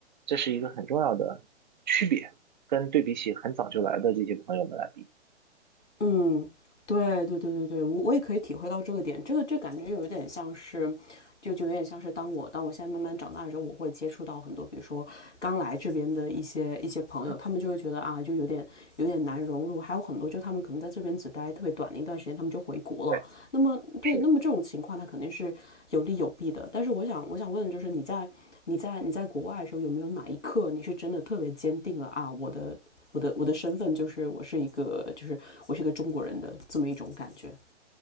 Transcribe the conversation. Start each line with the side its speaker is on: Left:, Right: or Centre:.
Right: 这是一个很重要的区别，跟对比起很早就来的这些朋友们来比。
Left: 嗯，对对对对对，我我也可以体会到这个点，这个这感觉有一点像是，就就有点像是当我当我现在慢慢长大之后，我会接触到很多，比如说刚来这边的一些一些朋友，
Right: 嗯，
Left: 他们就会觉得啊，就有点有点难融入，还有很多就他们可能在这边只待特别短的一段时间，他们就回国了，
Right: 对，
Left: 那么对，
Right: 是，
Left: 那么这种情况它肯定是有利有弊的。但是我想，我想问，
Right: 对
Left: 就是你在你在你在国外的时候，有没有哪一刻你是真的特别坚定了啊，我的我的我的身份就是我是一个就是我是一个中国人的这么一种感觉？